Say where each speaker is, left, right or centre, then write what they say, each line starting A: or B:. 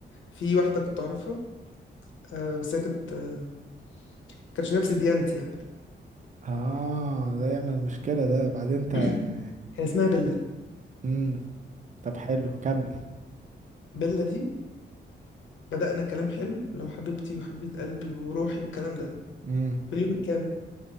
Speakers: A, on the left; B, on the right.
A: في واحدة كنت أعرفها آه بس هي كانت آه كانتش نفس ديانتي يعني
B: اه ده يعمل مشكله ده بعدين انت
A: <clears throat>
B: يعني
A: كان اسمها بيلا
B: امم طب حلو كمل
A: بيلا دي بدأنا كلام حلو لو حبيبتي وحبيبة قلبي وروحي والكلام ده
B: امم
A: في اليوم الكام